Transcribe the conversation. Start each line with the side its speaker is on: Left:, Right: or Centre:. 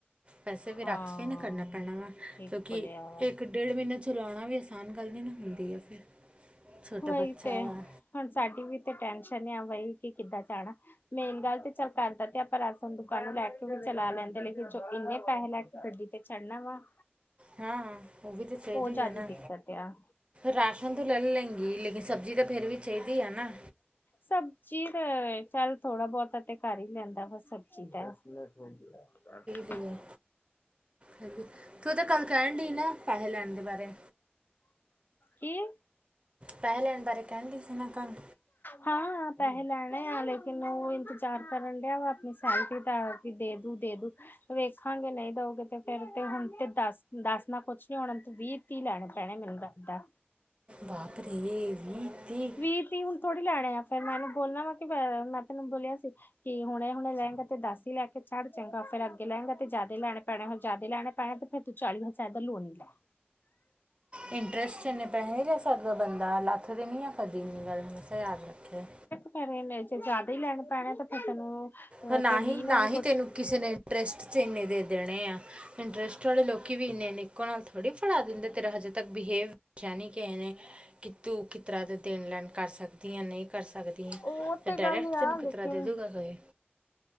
Right: ਵੈਸੇ ਵੀ
Left: ਹਾਂ
Right: ਰਕਸ਼ੇ ਨੇ ਕਰਨਾ ਪੈਣਾ ਵਾ,
Left: ਠੀਕ
Right: ਕਿਉਂਕਿ
Left: ਬੋਲਿਆ
Right: ਇੱਕ
Left: ਵਾ
Right: ਇੱਕ-ਡੇਢ ਮਹੀਨਾ ਚਲਾਉਣਾ ਵੀ, ਅਸਾਨ ਗੱਲ ਨੀ ਨਾ ਹੁੰਦੀ ਐ ਫਿਰ ਛੋਟਾ
Left: ਔਹੀ
Right: ਬੱਚਾ
Left: ਤੇ,
Right: ਵਾ
Left: ਹੁਣ ਸਾਡੀ ਵੀ ਤੇ ਟੈਨਸ਼ਨ ਏ ਆ ਬਈ ਕਿ ਕਿੱਦਾਂ ਜਾਣਾ ਮੇਨ ਗੱਲ ਤੇ ਚੱਲ ਪੈਂਦਾ ਤੇ ਅ ਪਰ ਅਸਲ ਦੁਕਾਨ ਨੂੰ ਲੈ ਕੇ ਵੀ ਚਲਾ ਲੈਂਦੇ, ਲੇਕਿਨ ਜੋ ਇੰਨੇ ਪੈਸੇ ਲੈ ਕੇ ਗੱਡੀ ਤੇ ਚੜ੍ਹਨਾ ਵਾ।
Right: ਹਾਂ, ਹਾਂ ਉਹ ਵੀ ਤੇ ਚਾਹੀਦੇ
Left: ਉਹ ਜ਼ਿਆਦਾ
Right: ਹੀ ਐ ਨਾ।
Left: ਦਿੱਕਤ ਆ
Right: ਰਾਸ਼ਨ ਤੋਂ ਲੈ ਲੈਂਗੀ, ਲੇਕਿਨ ਸਬਜ਼ੀ ਤੇ ਫੇਰ ਵੀ ਚਾਹੀਦੀ ਹੈ ਨਾ।
Left: ਸਬਜ਼ੀ ਤਾਂ ਚੱਲ ਥੋੜਾ ਬਹੁਤਾ ਤੇ ਕਰ ਹੀ ਲੈਂਦਾ ਵਾ ਸਬਜ਼ੀ ਦਾ। ਹੋ <unintelligible>
Right: ਠੀਕ ਹੈ। ਹਾਂ ਤੂੰ ਤਾਂ ਕੱਲ ਕਹਿਣ ਡਈ ਨਾ, ਪੈਸੇ ਲੈਣ ਦੇ ਬਾਰੇ।
Left: ਕੀ
Right: ਪੈਸੇ ਲੈਣ ਬਾਰੇ ਕਹਿਣ ਡਈ ਸੀ ਨਾ ਕੱਲ।
Left: ਹਾਂ ਪੈਸੇ ਲੈਣੇ ਆ, ਲੇਕਿਨ ਉਹ ਇੰਤਜ਼ਾਰ ਕਰਨ ਡਿਆ ਵਾ ਆਪਣੀ ਸੈਲਰੀ ਦਾ। ਵੀ ਦੇ ਦੂ, ਦੇ ਦੂ। ਵੇਖਾਂਗੇ ਨਹੀਂ ਦਓਗੇ ਤੇ ਫੇਰ ਤੇ ਹੁਣ ਤੇ, ਦਸ ਦਸ ਨਾ ਕੁਛ ਨੀ ਹੋਣਾ ਵੀਹ ਤੀਹ ਲੈਣੇ ਪੈਣੇ ਮੈਨੂੰ ਲਗਦਾ
Right: ਬਾਂਪ ਰੇ ਵੀਹ, ਤੀਹ।
Left: ਤੀਹ ਤੀਹ ਹੁਣ ਥੋੜ੍ਹੀ ਲੈਣੇ ਐ, ਫਿਰ ਮੈਨੂੰ ਬੋਲਣਾ ਵਾ ਕਿ ਮੈਂ ਤੈਨੂੰ ਬੋਲਿਆ ਸੀ, ਕਿ ਹੁਣੇ ਹੁਣੇ ਲੇਏਗਾ, ਤੇ ਦਸ ਹੀ ਲੈ ਕੇ ਚੜ੍ਹ, ਚੰਗਾ ਫੇਰ ਅੱਗੇ ਲਹੇਗਾ ਤੇ ਜਿਆਦਾ ਲੈਣੇ ਪੈਣੇ ਹੁਣ ਜਿਆਦਾ ਲੈਣੇ ਪੈਣੇ ਤੇ ਫਿਰ, ਤੂੰ ਚਾਲੀ ਹਜ਼ਾਰ ਦਾ ਲੋਨ ਲੈ ਲਾ।
Right: ਇੰਟਰਸਟ ਚ ਏਨੇ ਪੈਹੈ ਨਹੀਂ ਲੈ ਸਕਦਾ ਬੰਦਾ, ਲੱਥਦੇ ਨਹੀਂ ਆ ਕਦੀ ਵੀ, ਇਨੀ ਗੱਲ ਹਮੇਸ਼ਾ ਯਾਦ ਰੱਖਿਓ।
Left: ਫਿਰ ਏਨੇ ਚ ਜਿਆਦਾ ਹੀ ਲੈਣੇ ਪੈਣਾ, ਤੇ ਪਤਾ ਤੈਨੂੰ।
Right: ਹ ਨਾਹੀਂ,
Left: ਤੇ ਵੀਹ
Right: ਨਾ
Left: ਨਾਲ ਵੀ
Right: ਹੀ
Left: ਕੁਛ
Right: ਤੈਨੂੰ, ਕਿਸੇ ਨੇ ਇੰਟਰਸਟ 'ਚ ਇੰਨੇ ਦੇ ਦੇਣੇ ਆ, ਇੰਟਰਸਟ ਵਾਲੇ ਲੋਕ ਵੀ ਇੰਨੇ, ਇੰਨੇ ਨਾਲ ਥੋੜ੍ਹੀ ਫੜਾ ਦਿੰਦੇ ਤੇਰਾ ਹਜੇ ਤੱਕ ਬਿਹੇਵ, ਪੁੱਛਿਆ ਨੀ ਕਿਸੇ ਨੇ। ਕਿ ਤੂੰ ਕਿਤਰ੍ਹਾਂ ਦੇ ਦੇਣ ਲੈਣ ਕਰ ਸਕਦੀ ਐ, ਨਹੀਂ ਕਰ ਸਕਦੀ ਐ।
Left: ਉਹ
Right: ਤੇ ਡਾਇਰੈਕਟ
Left: ਗੱਲ ਆ
Right: ਤੈਨੂੰ ਕਿਤਰਾ
Left: ਲੇਕਿਨ
Right: ਦੇ ਦੂਗਾ ਕੋਈ